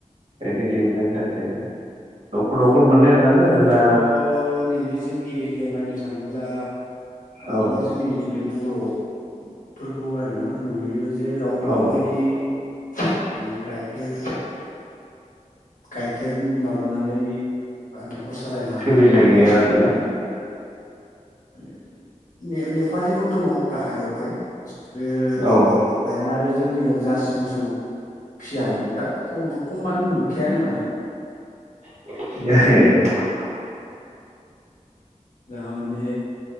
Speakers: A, on the right; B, on the left.
A: गाइखेर दिहुननायनि थाखाय? न'खर
B: अ
A: न'खर मोननो थाङो
B: ओरैनोथ'
A: ना
B: नैबे बे जोंनि एरियायाव नायनो थाङोब्ला आं
A: औ
B: माने जोंनि नैबे बर'फोरखौ आरोना नुयो जे रावबो
A: औ
B: बेबायदि माने गायखेर गायखेर माबाना नै बा न खर सालायनो हानाय
A: सोलिनाय
B: माने
A: गैया
B: रावबो
A: आरोना
B: गैयानो। न <unintelligible> नेफालिफोर दङ गाहायावहाय बिसोरो
A: औ
B: फ्रायानो आरो जोंनियाव जार्सि मोसौ फिया माने बिराद खम ख माने नुखायानो माने।
A: <unintelligible>
B: दा माने